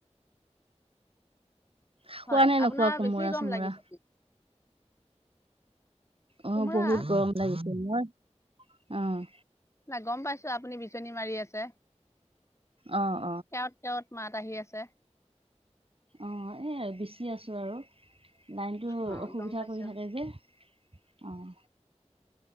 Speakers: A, on the right; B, on the left.
A: খোৱা
B: হয়,
A: নে
B: আপোনাৰ
A: নোখোৱা কোমোৰা
B: বেছি গৰম
A: চোমোৰা
B: লাগিছে নেকি?
A: অঁ'
B: কোমোৰা
A: বহুত গৰম লাগিছে, মই অঁ'।
B: নাই গম পাইছোঁ আপুনি বিচনী মাৰি আছে।
A: অঁ।
B: কেৱত কেৱত মাত আহি আছে।
A: অঁ' এই বিচি আছো আৰু। লাইনটো
B: অ
A: অসুবিধা
B: গম পাইছো
A: কৰি থাকে যে, অঁ'।